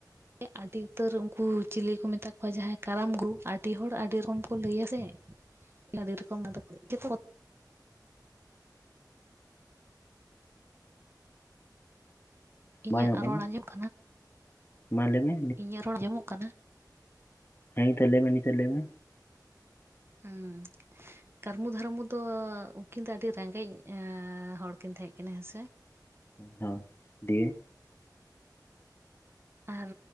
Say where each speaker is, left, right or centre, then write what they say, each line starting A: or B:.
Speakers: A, on the right (about 35°); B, on the left (about 30°).
A: ᱟᱹᱰᱤ ᱩᱛᱟᱹᱨ ᱩᱱᱠᱩ ᱪᱤᱞᱤ ᱠᱚ ᱢᱮᱛᱟ ᱠᱚᱣᱟ ᱡᱟᱦᱟᱸᱭ ᱠᱟᱨᱟᱢ ᱜᱩᱨᱩ, ᱟᱹᱰᱤ ᱦᱚᱲ ᱟᱹᱰᱤ ᱨᱚᱠᱚᱢ ᱠᱚ ᱞᱟᱹᱭᱟ ᱥᱮ ᱟᱹᱰᱤ ᱨᱚᱠᱚᱢ ᱟᱫᱚ ᱠᱚ ᱡᱚᱛᱚ ᱤᱧᱟᱹᱜ
B: ᱵᱟᱝ ᱧᱟᱢᱚᱜ ᱠᱟᱱᱟ
A: ᱨᱚᱲ ᱟᱸᱡᱚᱢᱚᱜ
B: ᱢᱟ ᱞᱟᱹᱭᱢᱮ
A: ᱤᱧᱟᱹᱜ ᱨᱚᱲ ᱡᱚᱢᱚᱜ ᱠᱟᱱᱟ
B: ᱦᱮᱸ ᱛᱚ ᱞᱟᱹᱭ ᱢᱮ ᱱᱤᱛᱚᱜ ᱞᱟᱹᱭ ᱢᱮ
A: ᱩᱸ ᱠᱟᱨᱢᱩ ᱫᱷᱟᱨᱢᱩ ᱫᱚ ᱩᱱᱠᱤᱱ ᱫᱚ ᱟᱹᱰᱤ ᱨᱮᱸᱜᱮᱡ ᱦᱚᱲ ᱠᱤᱱ ᱛᱟᱦᱮᱸ ᱠᱟᱱᱟ ᱦᱮᱸᱥᱮ
B: ᱦᱚᱸ ᱫᱤᱭᱮ
A: ᱟᱨ